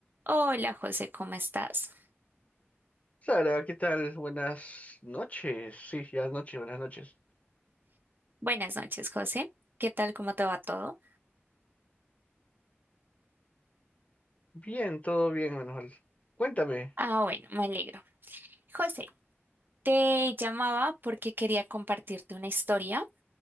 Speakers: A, on the right; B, on the left.
A: Hola José, ¿cómo estás?
B: Sara, ¿qué tal? Buenas noches. Sí, ya es noche, buenas noches.
A: Buenas noches, José. ¿Qué tal? ¿Cómo te va todo?
B: Bien, todo bien, Manuel. Cuéntame.
A: Ah, bueno, me alegro. José, te llamaba porque quería compartirte una historia